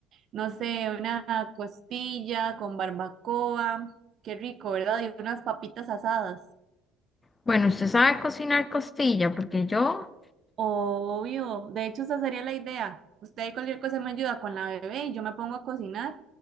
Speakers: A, on the right (about 45°); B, on the left (about 20°).
A: no sé, una costilla con barbacoa, qué rico, ¿verdad? Y unas papitas asadas.
B: Bueno, usted sabe cocinar costilla porque yo,
A: Obvio, de hecho esa sería la idea. Usted ahí cualquier cosa me ayuda con la bebé y yo me pongo a cocinar,